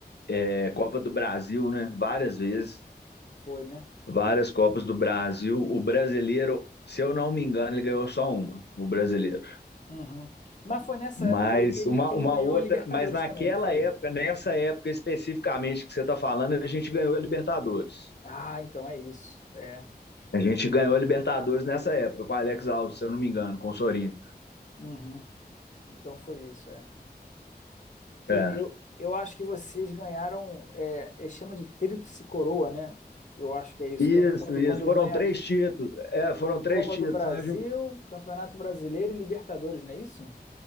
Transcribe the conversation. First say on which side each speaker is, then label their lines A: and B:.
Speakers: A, on the left; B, on the left.
A: é, Copa do Brasil, né, várias vezes,
B: Foi, né?
A: várias Copas do Brasil. O brasileiro, se eu não me engano, ele ganhou só uma, o brasileiro.
B: Uhum. Mas foi nessa
A: Mas
B: época aí que ele,
A: uma,
B: que ele
A: uma
B: ganhou
A: outra,
B: a Libertadores
A: mas naquela
B: também, não foi?
A: época, nessa época especificamente que você está falando, a gente ganhou a Libertadores.
B: Ah, então é isso. É.
A: A gente ganhou a Libertadores nessa época, com o Alex Alves, se eu não me engano, com o Sorino.
B: Uhum. Então foi isso, é. Que
A: É.
B: eu, eu acho que vocês ganharam, é, é, chama de tríplice coroa, né? Eu acho que é isso.
A: Isso,
B: que eu não- Quando,
A: isso.
B: quando
A: Foram
B: ganha
A: três títulos. É, foram três
B: Copa
A: títulos.
B: do Brasil,
A: né? A gente-
B: Campeonato Brasileiro e Libertadores, não é isso?